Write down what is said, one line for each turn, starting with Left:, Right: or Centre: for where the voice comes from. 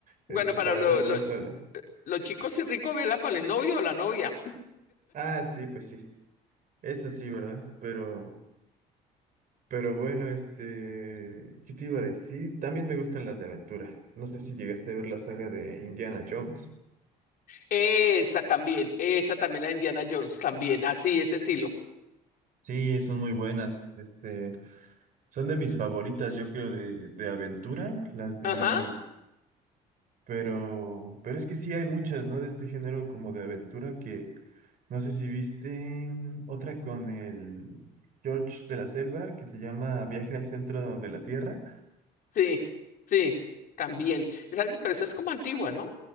Right: Este,
Left: Bueno, para
Right: para
Left: lo-
Right: verla
Left: lo-
Right: sola.
Left: los chicos sí rico verla con el novio o la novia. <laughs>
Right: Ah, sí, pues sí, eso sí, ¿verdad? Pero, pero bueno, este, ¿qué te iba a decir? También me gustan las de aventura. No sé si llegaste a ver la saga de Indiana Jones.
Left: Esa también, esa también, la de Indiana Jones, también, así, ese estilo.
Right: Sí, son muy buenas. Este, son de mis favoritas, yo creo, de, de aventura, las de
Left: Ajá,
Right: indie. Pero, pero es que sí hay muchas, ¿no? De este género como de aventura que no sé si viste mm, otra con el George de la Selva que se llama Viaje al centro de la Tierra.
Left: sí, sí, también. Esa es- Pero esa es como antigua, ¿no?